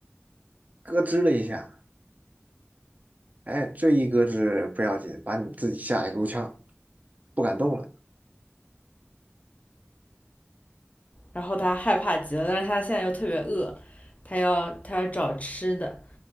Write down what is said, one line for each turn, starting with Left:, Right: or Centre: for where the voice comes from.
Right: 咯吱了一下，哎，这一咯吱不要紧，把你自己吓一够呛，不敢动了。
Left: 然后他害怕极了，但是他现在又特别饿，他要他要找吃的，